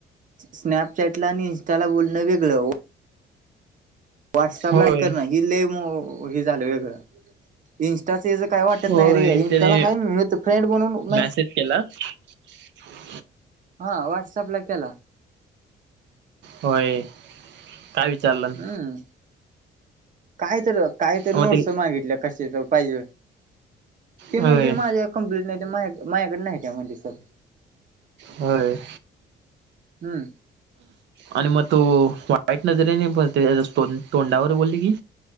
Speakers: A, on the right; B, on the right.
A: स्नॅपचॅटला आणि इन्स्टाला बोलणं वेगळं ओ व्हॉट्सअपला
B: होय
A: करणं ही लय हे झालं वेगळं. इन्स्टाचे याज काय वाटत
B: होय
A: नाय रे इंस्टाला
B: त्याने
A: हाय मी फ्रेंड बणून मेस
B: मेसेज केला <inaudible>
A: हा व्हॉट्सअप ला केला.
B: होय काय विचारलंनं?
A: हम्म काय तर काय तर
B: मग
A: नोट्स
B: ते
A: मागितल्या कशाच पायज. ते
B: होय
A: म्हणली माझ्या कंम्पलीट नाय माझ माझ्याकड नाय त्या म्हणजे सर.
B: होय!
A: हूं!
B: आणि म तो वाईट नजरेने ब ते त्याच्या टोंडावर बोलली की